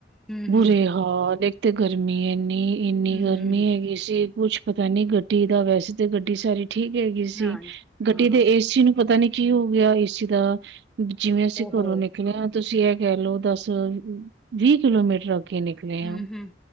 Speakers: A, in the centre; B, on the right.
A: ਹੂੰ
B: ਬੁਰੇ
A: ਹੂੰ
B: ਹਾਲ ਏ। ਅਤੇ ਗਰਮੀ ਏਨੀ। ਏਨੀ
A: ਹੂੰ
B: ਗਰਮੀ
A: ਹੂੰ
B: ਹੈਗੀ ਸੀ ਕੁਛ- ਪਤਾ ਨੀ ਗਡ- ਗੱਡੀ ਦਾ ਵੈਸੇ ਤਾਂ ਗੱਡੀ ਸਾਰੀ- ਠੀਕ ਹੈਗੀ ਸੀ।
A: ਹਾਂਜੀ
B: ਗੱਡੀ
A: ਹਾਂ ਹਾਂ
B: ਦੇ ਏ ਸੀ ਨੂੰ ਪਤਾ ਨੀ- ਕੀ ਹੋ ਗਿਆ ਏ ਸੀ ਦਾ- ਜਿਵੇਂ ਅਸੀਂ
A: ਓਹੋ
B: ਘਰੋਂ ਨਿਕਲੇ ਆਂ ਤੇ- ਤੁਸੀਂ ਐ ਕੈ ਲਓ ਦੱਸ -ਵੀਹ ਕਿਲੋਮੀਟਰ- ਕੇ ਨਿਕਲੇ
A: ਹੂੰ
B: ਆ
A: ਹੂੰ